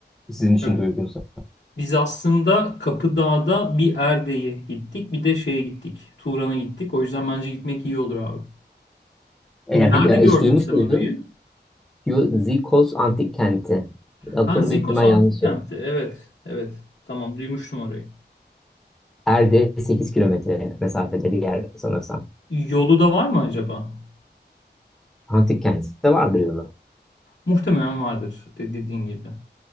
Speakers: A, in the centre; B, on the left.
A: sizin için
B: Ya
A: de uygunsa.
B: biz aslında Kapıdağ'da bir Erde'ye gittik, bir de şeye gittik. Turan'a gittik. O yüzden bence gitmek iyi olur abi.
A: E,
B: Nerede
A: Yani bir, e,
B: gördün
A: hiç duymuş
B: sen
A: muydun?
B: orayı?
A: Kiyikos Antik Kenti. Adını
B: Ha Zikos
A: büyük ihtimal
B: Antik
A: yanlış söyledim.
B: Kenti. Evet, evet. Tamam duymuştum orayı.
A: Erde 8 kilometre mesafede bir yer sanırsam.
B: Yolu da var mı acaba?
A: Antik kendisi de vardır yolu.
B: Muhtemelen vardır de- dediğin gibi.